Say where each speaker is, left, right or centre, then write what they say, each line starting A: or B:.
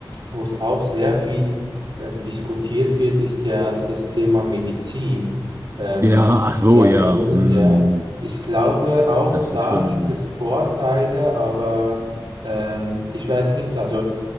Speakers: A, on the right; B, on the right.
A: wo es auch sehr viel äh, diskutiert wird, ist ja das Thema Medizin, ähm,
B: Ja, ach so,
A: Diagnosen,
B: ja. Mhm.
A: ja. Ich glaube, auch
B: Das
A: da
B: ist schon.
A: gibt es Vorteile, aber ähm, ich weiß nicht, also